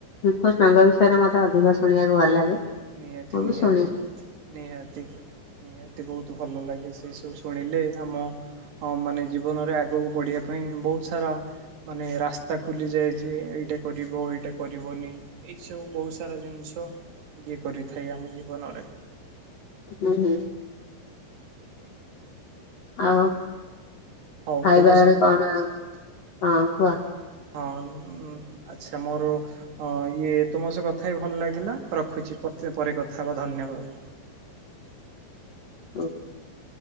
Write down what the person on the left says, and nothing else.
କୃଷ୍ଟଙ୍କ ବିଷୟରେ ମତେ ଅଧିକ ଶୁଣିବାକୁ ଭଲ ଲାଗେ।
ମୁଁ ବି
ଶୁଣେ
ହୁଁ ଆଉ
ଖାଇବା
ଘରେ
କଣ ହଁ କୁହ?
ତ <inaudible>